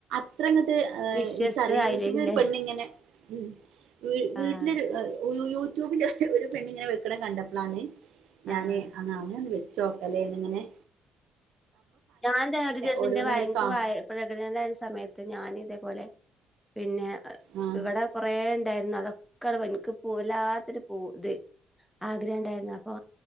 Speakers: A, on the right (about 80°); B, in the centre.
A: അത്ര അങ്ങ്ട്ട് ഏഹ്
B: വിശ്വസ്തത
A: ഇൻക്കറിയ
B: ആയില്ലേല്ലേ
A: യൂട്യൂബിലൊര് പെണ്ണിങ്ങനെ ഉം വീട്ടിലൊര്
B: ആഹ്
A: യൂട്യൂബിന്റെ ഒരു പെണ്ണിങ്ങനെ വെക്ക്ണ കണ്ടപ്പളാണ് ഞാന്
B: ആഹ്
A: അങ്ങനെ വെ ചോക്കലേന്നിങ്ങനെ
B: ഞാൻ തന്നെ ഒരു ദിവസെന്റെ
A: ഓരോന്ന്
B: വയെ
A: ഇങ്ങനെ
B: ഇൻക്
A: കാണും
B: വയെ പ്രഗ്ന്ന്റാവ്ണ സമയത്ത് ഞാൻ ഇതേപോലെ പിന്നേ
A: ആഹ്
B: ഇവടെ കൊറേ ഇണ്ടാര്ന്ന് അതൊക്കണ് ഇൻക്ക്പൊ വല്ലാത്തൊരു പൂതി ആഗ്രഹം ഇണ്ടാര്ന്നു അപ്പൊ